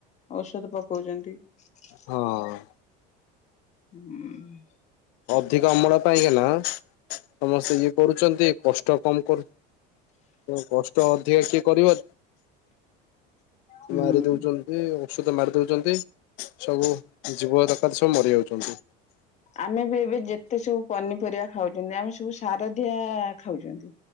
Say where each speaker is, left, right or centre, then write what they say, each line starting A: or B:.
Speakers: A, on the left; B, on the left.
A: ଔଷଧ ପକଉଛନ୍ତି <unintelligible>
B: ହଁ।
A: <unintelligible>
B: ଅଧିକା ଅମଳ ପାଇଁକିନା ସମସ୍ତେ ଇଏ କରୁଛନ୍ତି କଷ୍ଟ କମ କର କଷ୍ଟ ଅଧିକା କିଏ କରିବ
A: ହୁଁ।
B: ମାରି ଦଉଛନ୍ତି ଔଷଧ ମାରି ଦଉଛନ୍ତି। ସବୁ ଜୀବ ଦରକାର ସବୁ ମରିଯାଉଛନ୍ତି।
A: ଆମେ ବି ଏବେ ଯେତେ ସବୁ ପନିପରିବା ଖାଉଚନ୍ତି ଆମେ ସବୁ ସାର ଦିଆ ଖାଉଚନ୍ତି।